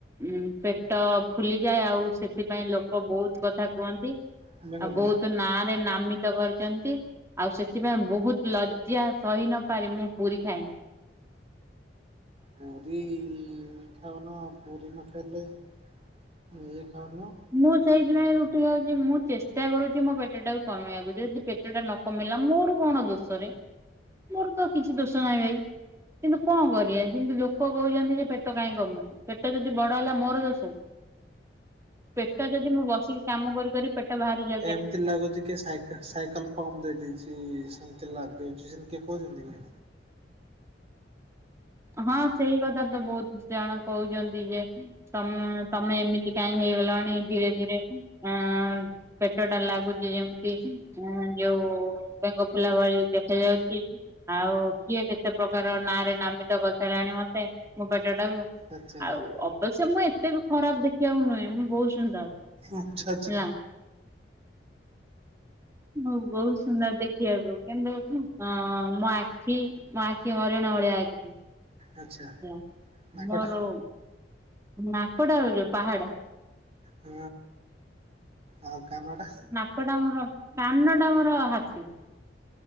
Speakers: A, on the right; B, on the right.
A: ଉ ପେଟ ଫୁଲିଯାଏ ଆଉ ସେଥିପାଇଁ ଲୋକ ବହୁତ କଥା କୁହନ୍ତି।
B: ତମେ କଣ
A: ଆଉ
B: ଖାଇଲ?
A: ବହୁତ ନାଁରେ ନାମିତ କରିଚନ୍ତି ଆଉ ସେଥିପାଇଁ ବହୁତ୍ ଲଜ୍ଜା ସହି ନ ପାରି ମୁଁ ପୁରୀ ଖାଇନି।
B: ପୁରୀ ଖାଉନ, ପୁରୀ ନ ଖାଇଲେ <unintelligible> ଖାଉନ?
A: ମୁଁ ସେଇଥିପାଇଁ ରୁଟି ଖାଉଛି ମୁଁ ଚେଷ୍ଟା କରୁଛି ମୋ ପେଟ ଟାକୁ କମେଇବାକୁ ଯଦି ପେଟଟା ନ କମିଲା ମୋର କଣ ଦୋଷରେ ମୋର ତ କିଛି ଦୋଷ ନାହିଁ ଭାଇ। କିନ୍ତୁ କଣ କରିବା କିନ୍ତୁ ଲୋକ କହୁଛନ୍ତି ଯେ ପେଟ କାହିଁ କମୁନି ପେଟ ଯଦି ବଡ ହେଲା ମୋର ଦୋଷ ପେଟ ଯଦି ମୁଁ ବସିକି କାମ କରିିକି ପେଟ ବାହାରି ଯାଉ
B: ଏମିତି ଲାଗୁଛି କି ସାଇ ସାଇକେଲ ପମ ଦେଇ ଦେଇଛି ସେନ୍ତି ଲାଗୁଚି ସେମିତି କହୁଛନ୍ତି କି?
A: ହଁ ସେଇ କଥା ତ ବହୁତ ଜଣ କହୁଛନ୍ତି ଯେ ତମେ ତମେ ଏମିତି କାହିଁ ହେଇଗଲାଣି ଧୀରେ ଧୀରେ ଆ ପେଟ ଟା ଲାଗୁଛି ଯେମିତି ଯୋଉ ବେଙ୍ଗ ଫୁଲା ଭଳି ଦେଖା ଯାଉଛି। ଆଉ କିଏ କେତେ ପ୍ରକାର ନାଁ ରେ ନାମି ଗତ କଥାରେ ଆଣି ମତେ ମୁଁ ପେଟ ଟାକୁ
B: ଆଚ୍ଛା
A: ଆଉ ଅବଶ୍ୟ ମୁଁ ଏ ଏତେ ବି ଖରାପ ଦେଖିବାକୁ ନୁହେଁ ମୁଁ ବହୁତ ସୁନ୍ଦର।
B: ଆଛା ଛା।
A: ହେଲା ହଁ ବହୁତ ସୁନ୍ଦର ଦେଖିବାକୁ କିନ୍ତୁ ମୋ ଆଖି ମୋ ଆଖି ହରିଣ ଭଳିଆ ଆଖି।
B: ଆଚ୍ଛା
A: ହ
B: ନାକଟା
A: ମୋର ନାକଟା ହଉ ଯୋଉ ପାହାଡ
B: ହ ଆଉ କାନଟା
A: ନାକ ଟା ଆ ମୋର କାନ ଟା ମୋର ହାତୀ।